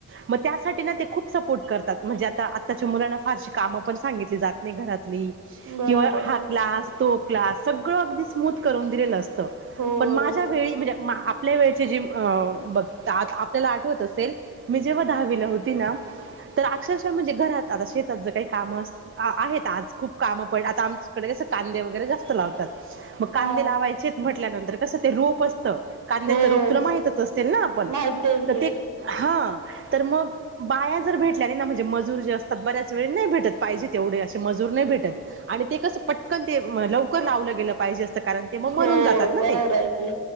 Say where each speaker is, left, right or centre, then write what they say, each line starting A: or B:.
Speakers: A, on the right; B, on the right.
A: मग त्यासाठी ना ते खूप सपोर्ट करतात म्हणजे आता आत्ताच्या मुलांना फारशी कामं पण सांगितली जात नाही घरातली
B: बरोबर
A: किंवा हा
B: आहे
A: क्लास तो क्लास सगळं अगदी स्मूथ करून दिलेलं असतं
B: होय.
A: पण माझ्या वेळी म्हणजे आप आपल्या वेळची जी बघतात आपल्याला आठवत असेल मी जेव्हा दहावीला होती ना तर अक्षरशः म्हणजे घरात आता शेतात जर काही काम अस आहेत आज खूप कामं पण आता इकडे कस कांदे वगैरे जास्त लावतात मग
B: हा
A: कांदे लावायचेत म्हटल्यानंतर कसं ते रोप असत कांद्याचं
B: होय
A: रोप तुला माहितच असे ना आपण
B: माहित आहे की
A: तर ते हा तर मग बाया जर भेटल्या नाही ना म्हणजे मजूर जे असतात बऱ्याच वेळी नाही भेटत पाहिजे तेवढे असे मजूर नाही भेटत आणि ते कसं पटकन ते लवकर लावलं गेलं पाहिजे असत कारण ते मग
B: होय
A: मरून जातात ना
B: बरोबर
A: ते
B: आहे की.